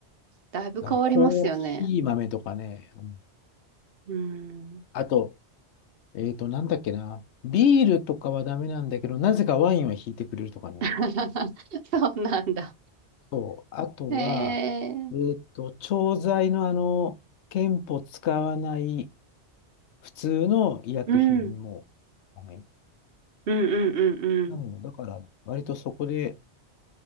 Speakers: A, on the right; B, on the left.
A: だいぶ変わりますよね。
B: あのコーヒー豆とかね、うん
A: うん。
B: あと、えっと、なんだっけな、ビールとかはダメなんだけど、なぜかワインは引いてくれるとかね。
A: <laughs> そうなんだ。
B: そう、あとは、
A: へえ。
B: えっと、調剤のあの、憲法使わない普通の医薬品も、
A: うん、うん
B: はい
A: うんうん
B: なので、だから、割とそこで、